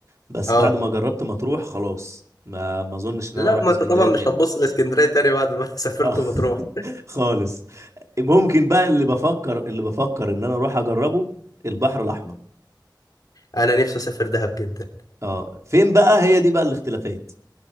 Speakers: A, on the right; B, on the left.
A: بس
B: اه
A: بعد ما جربت مطروح خلاص ما ما أظنش إن
B: لا
A: أنا أروح
B: ما
A: اسكندرية
B: انت طبعا مش
A: تاني
B: هتبص لاسكندريه تاني بعد ما <laughs> سافرت
A: آه، <laughs>
B: مطروح
A: خالص ممكن بقى اللي بفكر اللي بفكر إن أنا أروح أجربه البحر الأحمر
B: انا نفسي اسافر دهب جدا
A: اه فين بقى هي دي بقى الاختلافات